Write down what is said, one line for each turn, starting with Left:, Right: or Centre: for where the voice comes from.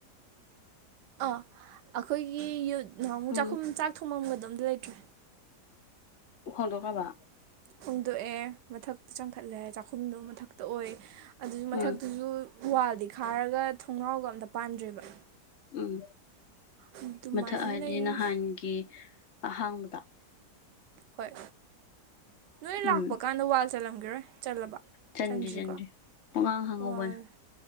Right: ꯑꯥ ꯑꯩꯈꯣꯏꯒꯤ ꯅꯍꯥꯨꯃꯨꯛ
Left: ꯎꯝ
Right: ꯆꯥꯛꯈꯨꯝ ꯆꯥꯛ ꯊꯣꯡꯉꯝꯒ ꯑꯣꯝꯇ ꯂꯩꯇ꯭ꯔꯦ
Left: ꯍꯣ ꯇ ꯀꯥꯕ
Right: ꯍꯣꯡꯗꯣꯛꯑꯦ ꯃꯊꯛꯇ ꯆꯪꯈꯠꯂꯦ ꯆꯥꯛꯈꯨꯝꯗꯣ ꯃꯊꯛꯇ ꯑꯣꯏ ꯑꯗꯨꯒꯤ ꯃꯊꯛꯇꯨꯁꯨ
Left: ꯎꯝ
Right: ꯋꯥꯜꯗꯤ ꯈꯥꯔꯒ ꯊꯣꯡꯅꯥꯎꯒ ꯑꯝꯇ ꯄꯥꯟꯗ꯭ꯔꯦꯕ
Left: ꯎꯝ
Right: ꯑꯗꯨꯃꯥꯏꯅ
Left: ꯃꯊꯛ ꯍꯥꯏꯗꯤ
Right: ꯂꯩ
Left: ꯅꯍꯥꯟꯒꯤ ꯑꯍꯥꯡꯕꯗ
Right: ꯍꯣꯏ ꯅꯣꯏ ꯂꯥꯛꯄ
Left: ꯎꯝ
Right: ꯀꯥꯟꯗ ꯋꯥꯜ ꯆꯜꯂꯝꯒꯦꯔꯣꯏ ꯆꯜꯂꯕ
Left: ꯆꯟꯗ꯭ꯔꯤ
Right: ꯆꯟꯗ꯭ꯔꯤꯀꯣ
Left: ꯆꯟꯗ꯭ꯔꯤ ꯄꯉꯥꯡ ꯍꯪꯍꯧꯕꯅꯦ
Right: ꯋꯥꯜ